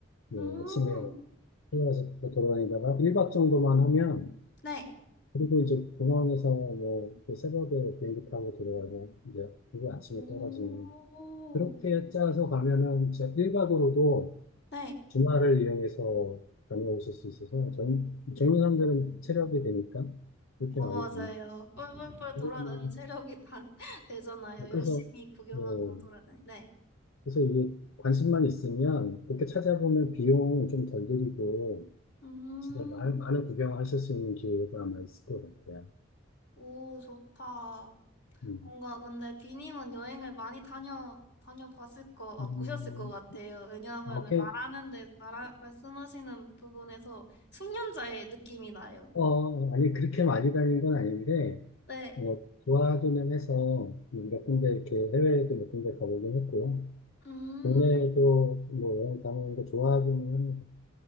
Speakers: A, on the left; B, on the left.
A: 뭐
B: 음,
A: 아침에 일어나서 돌아다니다가 1박 정도만 하면
B: 네.
A: 그리고 이제 공항에서 뭐그 새벽에 비행기 타고 들어가서 이제 그리고 아침에
B: 오,
A: 떨어지는 그렇게 짜서 가면은 진짜 1박으로도
B: 네.
A: 주말을 이용해서 다녀오실 수 있어서
B: 오,
A: 전, 젊은 사람들은 체력이 되니까 그렇게
B: 오,
A: 많이
B: 맞아요.
A: 다니고
B: 뿔뿔뿔 돌아다니
A: 음,
B: 체력이 다 <laughs> 되잖아요. 열심히
A: 그래서
B: 구경하고
A: 뭐
B: 돌아다니. 네.
A: 그래서 이 관심만 있으면 그렇게 찾아보면 비용 좀 덜 들이고
B: 음,
A: 진짜 많은, 많은 구경하실 수 있는 기회가 아마 있을 것 같아요.
B: 오, 좋다.
A: 음.
B: 뭔가 근데 비님은 여행을 많이 다녀 다녀봤을 거 아,
A: 음,
B: 보셨을 것 같아요. 왜냐하면
A: 아, 오케이.
B: 말하는데 말하, 말씀하시는 부분에서 숙련자의 느낌이 나요.
A: 어, 아니, 그렇게 많이 다닌 건 아닌데,
B: 네.
A: 어, 좋아하기는 해서 몇 군데 이렇게 해외에도 몇 군데 가보긴 했고요.
B: 음,
A: 국내에도 뭐 여행 다니는 거 좋아하기는 합니다.